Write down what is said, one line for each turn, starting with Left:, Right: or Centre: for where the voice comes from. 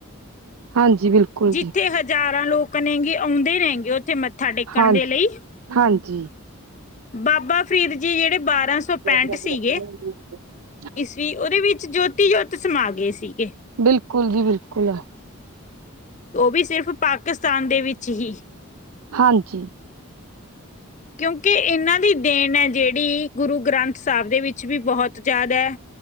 Right: ਹਾਂਜੀ ਬਿਲਕੁਲ
Left: ਜਿੱਥੇ
Right: ਜੀ
Left: ਹਜ਼ਾਰਾਂ ਲੋਕ ਣੇਗੇ ਆਉਂਦੇ ਰਹਿਣਗੇ ਉੱਥੇ ਮੱਥਾ ਟੇਕਣ
Right: ਹਾਂਜੀ,
Left: ਦੇ ਲਈ।
Right: ਹਾਂਜੀ।
Left: ਬਾਬਾ ਫਰੀਦ ਜੀ ਜਿਹੜੇ ਬਾਰਾਂ ਸੌ
Right: ਰ।
Left: ਪੈਂਹਠ ਸੀਗੇ ਈਸਵੀ ਉਹਦੇ ਵਿੱਚ ਜੋਤੀ ਜੋਤ ਸਮਾ ਗਏ ਸੀਗੇ।
Right: ਬਿਲਕੁਲ ਜੀ ਬਿਲਕੁਲ
Left: ਉਹ ਵੀ ਸਿਰਫ਼ ਪਾਕਿਸਤਾਨ ਦੇ ਵਿੱਚ ਹੀ
Right: ਹਾਂਜੀ।
Left: ਕਿਉਂਕਿ ਇਹਨਾਂ ਦੀ ਦੇਣ ਹੈ ਜਿਹੜੀ, ਗੁਰੂ ਗ੍ਰੰਥ ਸਾਹਿਬ ਦੇ ਵਿੱਚ ਵੀ ਬਹੁਤ ਜ਼ਿਆਦਾ ਹੈ।